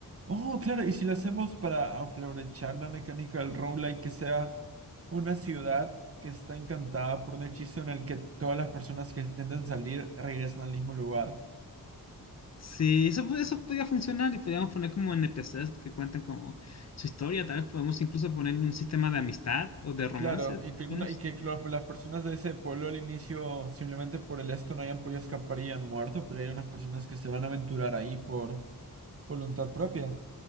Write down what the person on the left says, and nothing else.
Sí, eso, pu- eso podría funcionar y podríamos poner como NPCs que cuentan como su historia. Tal vez podemos incluso poner un sistema de amistad o de romance,
algunos.